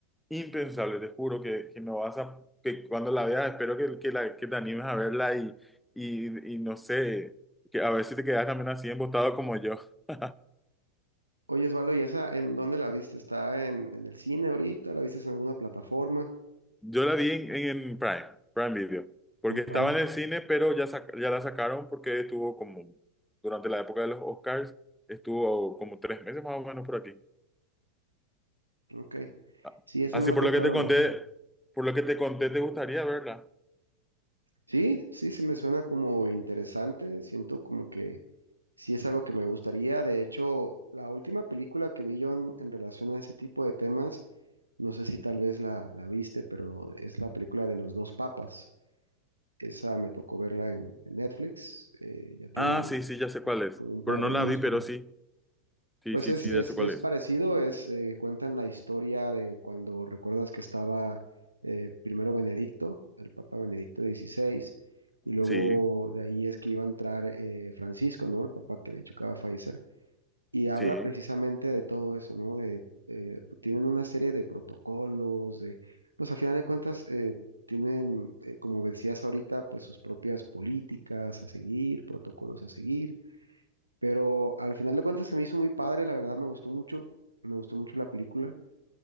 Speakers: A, in the centre; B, on the right.
A: impensable, te juro que, que no vas a, que cuando la veas, espero que, que, la, que te animes a verla y, y, y no sé, que a ver si te quedas también así embotado como yo. <laughs>
B: Oye Osvaldo, ¿y esa en dónde la viste? ¿Está en, en el cine ahorita? ¿La viste en alguna plataforma?
A: Yo la vi en, en Prime, Prime Video, porque
B: En Prime.
A: estaba en el cine, pero ya, sac- ya la sacaron porque estuvo como, durante la época de los Oscars, estuvo como tres meses más o menos por aquí.
B: Ok.
A: Ah,
B: Sí, esa
A: Así
B: no me
A: por
B: ha tocado
A: lo que te conté,
B: verla.
A: por lo que te conté, ¿te gustaría verla?
B: Sí, sí, se me suena como interesante. Siento como que sí es algo que me gustaría. De hecho, la última película que vi yo en, en relación a ese tipo de temas, no sé si tal vez la, la viste, pero es la película de los dos papas. Esa me tocó verla en, en Netflix, eh, ya tiene
A: Ah, sí, sí, ya sé cuál es,
B: como un par
A: pero no
B: de
A: la
B: años,
A: vi, pero
B: creo.
A: sí, sí,
B: Pues
A: sí,
B: es,
A: sí,
B: es,
A: ya sé cuál
B: es
A: es.
B: parecido, es, eh, cuentan la historia de cuando recuerdas que estaba eh, primero Benedicto, el Papa Benedicto XVI, y luego
A: Sí,
B: de ahí es que iba a entrar eh, Francisco, ¿no? El Papa que de hecho acaba de fallecer. Y habla
A: sí,
B: precisamente de todo eso, ¿no? De, eh, tienen una serie de protocolos, de, pues al final de cuentas, eh, tienen, eh, como decías ahorita, pues sus propias políticas a seguir, protocolos a seguir, pero al final de cuentas se me hizo muy padre, la verdad me gustó mucho, me gustó mucho la película,